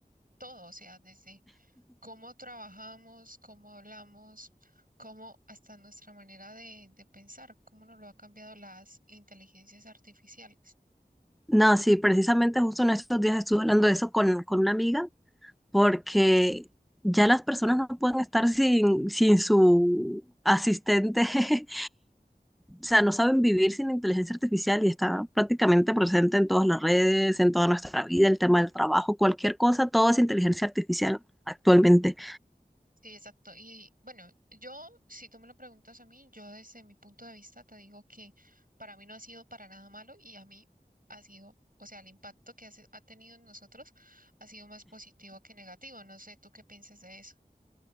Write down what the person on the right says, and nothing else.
todo? O sea, desde cómo trabajamos, cómo hablamos, cómo hasta nuestra manera de, de pensar, cómo nos lo ha cambiado las inteligencias artificiales.
Sí, exacto. Y bueno, yo, si tú me lo preguntas a mí, yo desde mi punto de vista te digo que para mí no ha sido para nada malo y a mí ha sido, o sea, el impacto que hace- ha tenido en nosotros ha sido más positivo que negativo. No sé, ¿tú qué piensas de eso?